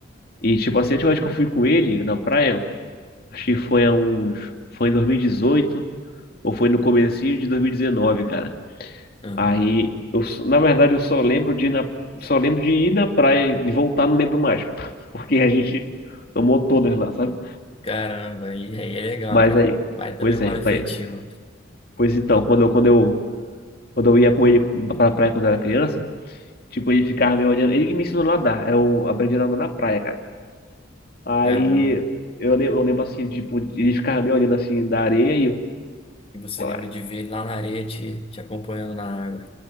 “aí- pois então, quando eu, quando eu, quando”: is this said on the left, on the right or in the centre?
Left